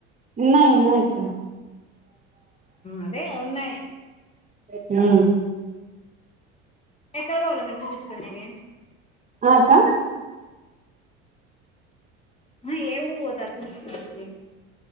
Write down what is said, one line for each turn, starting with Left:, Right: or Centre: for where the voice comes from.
Right: ఉన్నాయి ఉన్నాయక్క
Left: అదే ఉన్నాయి.
Right: హ
Left: ఎక్కడ పోవాల మీరు చూపించుకునేకి.
Right: ఆ అక్క.
Left: ఆహా ఏ ఊరు పోతార్రు చూపించుకొనికి.